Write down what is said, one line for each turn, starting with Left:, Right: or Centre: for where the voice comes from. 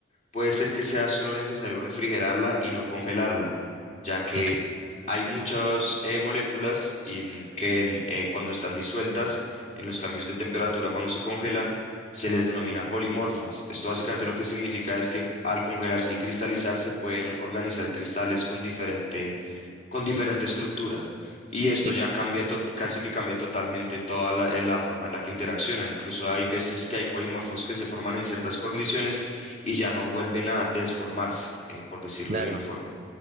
Left: puede ser que sea solo necesario refrigerarla y no congelarla, ya que
Right: ok,
Left: hay muchas eh, moléculas y, mm, que en, eh, cuando están disueltas en los cambios de temperatura, cuando se congelan, se les denomina polimorfas. Esto básicamente lo que significa es que al congelarse y cristalizarse pueden organizar cristales con diferente, con diferente estructura. Y esto
Right: sí,
Left: ya cambia, to- casi que cambia totalmente toda la, eh, la forma en la que interacciona. Incluso hay veces que hay polimorfos que se forman en ciertas condiciones y ya no vuelven a desformarse, eh, por decirlo
Right: claro.
Left: de una forma.